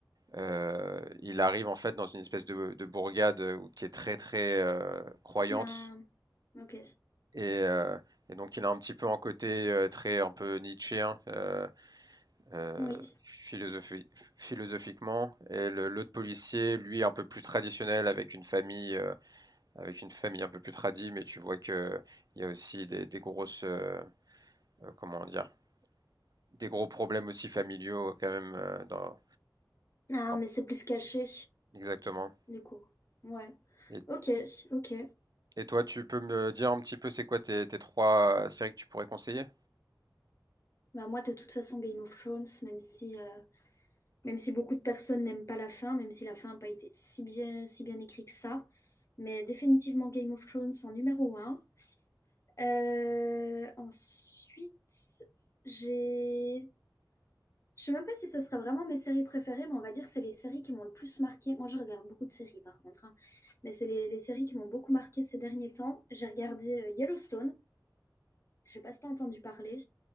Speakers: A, on the right (about 60°); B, on the left (about 40°).
A: euh, il arrive en fait dans une espèce de, de bourgade euh, qui est très très euh, croyante
B: Ah, ok.
A: et, euh, et donc il a un petit peu un côté euh, très un peu nietzschéen euh, euh,
B: Oui.
A: philosophi- philosophiquement et le- l'autre policier lui un peu plus traditionnel avec une famille euh, avec une famille un peu plus tradie, mais tu vois que il y a aussi des, des grosses, euh, euh, comment dire, des gros problèmes aussi familiaux quand même euh, dans,
B: Ah,
A: dans-
B: mais c'est plus caché,
A: exactement.
B: du coup. Ouais.
A: Et,
B: Ok, ok.
A: et toi, tu peux me dire un petit peu c'est quoi tes, tes trois euh, séries que tu pourrais conseiller?
B: Bah moi, de toute façon, Game of Thrones, même si, euh, même si beaucoup de personnes n'aiment pas la fin, même si la fin n'a pas été si bien, si bien écrite que ça, mais définitivement Game of Thrones en numéro un. Euh, ensuite, j'ai... Je sais même pas si ça sera vraiment mes séries préférées, mais on va dire que c'est les séries qui m'ont le plus marqué. Moi, je regarde beaucoup de séries, par contre, hein. mais c'est les, les séries qui m'ont beaucoup marqué ces derniers temps. J'ai regardé euh, Yellowstone. Je sais pas si t'as entendu parler.